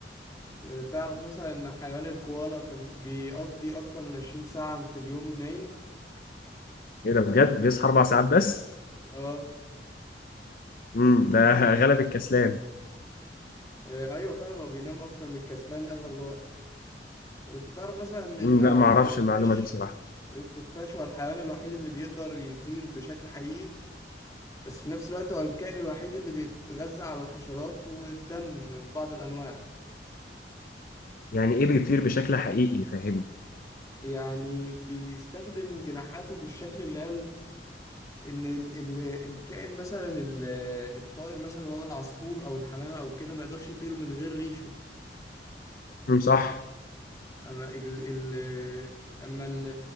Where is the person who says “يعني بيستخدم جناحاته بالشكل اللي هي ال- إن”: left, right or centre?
Left